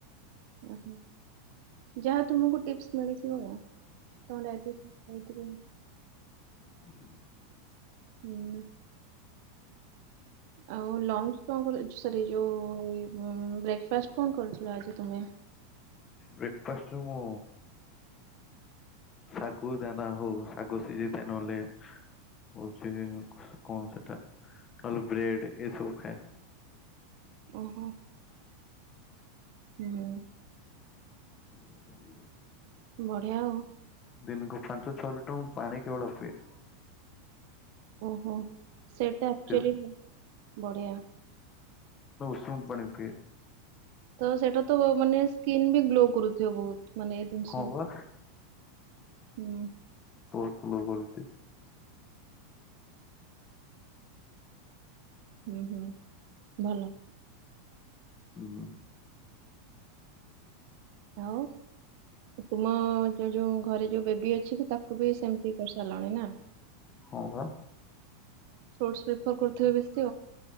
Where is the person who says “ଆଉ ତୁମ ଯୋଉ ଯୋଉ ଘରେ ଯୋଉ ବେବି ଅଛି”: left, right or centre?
Right